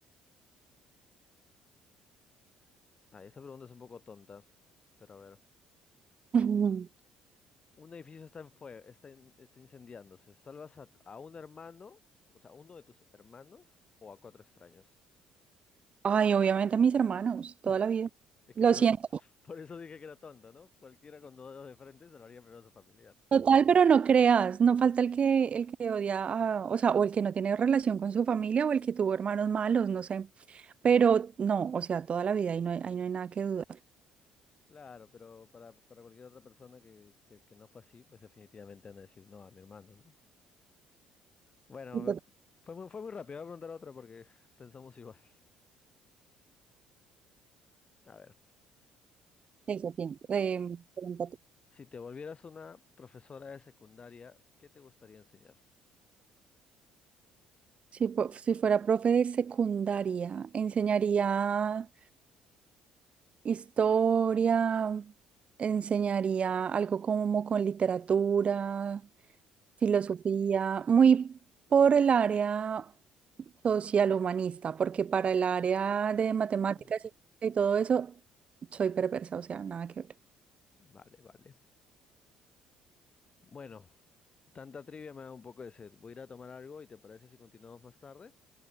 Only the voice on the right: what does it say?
<laughs> Ujú.
Ay, obviamente a mis hermanos,
toda la vida.
Lo
siento.
Total, pero no creas, no falta el que, el que odia, a- o sea, o el que no tiene relación con su familia o el que tuvo hermanos malos, no sé. Pero no, o sea, toda la vida ahí no hay, ahí no hay nada que dudar.
Y
total,
eso pienso. Em, pregúntate.
si, fu- si fuera profe de secundaria, enseñaría historia, enseñaría algo como con literatura. Filosofía, muy por el área social humanista, porque para el área de matemáticas
y y todo eso, soy perversa, o sea, nada que ver.